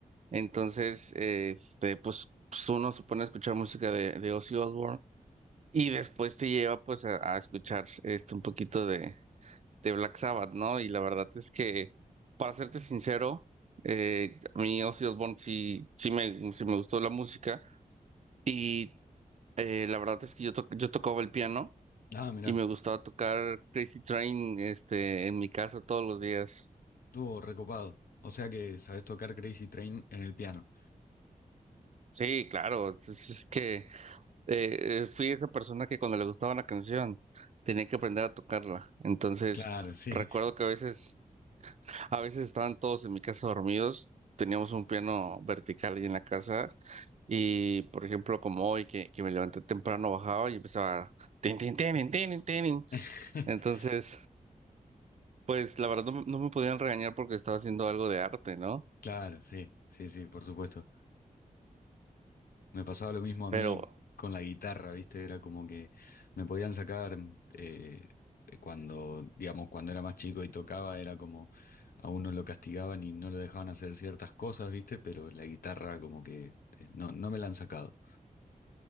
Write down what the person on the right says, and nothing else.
entonces, eh, este, pues, pues, uno se pone a escuchar música de, de Ozzy Osbourne y después te lleva pues a, a escuchar este un poquito de de Black Sabbath, ¿no? Y la verdad es que, para serte sincero, eh, a mí Ozzy Osbourne sí, sí me, sí me gustó la música y eh, la verdad es que yo, to- yo tocaba el piano
y me gustaba tocar Crazy Train este, en mi casa todos los días.
Sí, claro, es, es es que eh, eh, fui esa persona que cuando le gustaba una canción tenía que aprender a tocarla. Entonces,
recuerdo que a veces... A veces estaban todos en mi casa dormidos, teníamos un piano vertical ahí en la casa y, por ejemplo, como hoy que, que me levanté temprano, bajaba y empezaba tin, tin, tin, tin, tin.
Entonces, pues la verdad no, me no me podían regañar porque estaba haciendo algo de arte, ¿no?
Pero